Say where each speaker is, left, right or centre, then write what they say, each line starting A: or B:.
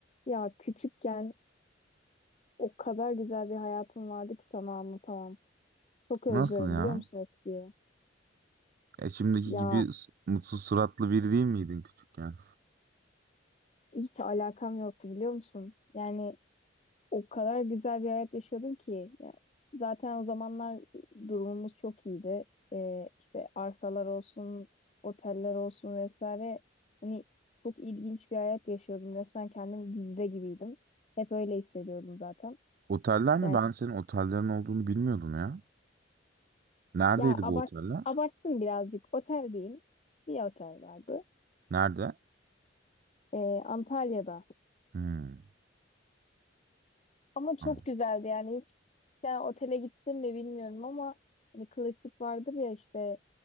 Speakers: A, on the left (about 35°); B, on the right (about 50°).
A: Ya küçükken o kadar güzel bir hayatım vardı ki sana anlatamam. Çok özlüyorum
B: Nasıl ya?
A: biliyor musun eskiyi?
B: E şimdiki
A: Ya
B: gibi s- mutsuz suratlı biri değil miydin küçükken?
A: hiç alakam yoktu biliyor musun? Yani o kadar güzel bir hayat yaşıyordum ki. Ya, zaten o zamanlar durumumuz çok iyiydi. Ee, işte arsalar olsun, oteller olsun vesaire. Hani çok ilginç bir hayat yaşıyordum. Resmen kendim dizide gibiydim. Hep öyle hissediyordum zaten.
B: Oteller mi?
A: Yani
B: Ben senin otellerin olduğunu bilmiyordum ya. Neredeydi
A: ya abart
B: bu oteller?
A: abarttım birazcık. Oteldeyim. Bir otel vardı.
B: Nerede?
A: Ee, Antalya'da.
B: Hmm.
A: Ama çok
B: anladım.
A: güzeldi yani hiç yani otele gittim mi bilmiyorum ama hani klasik vardır ya işte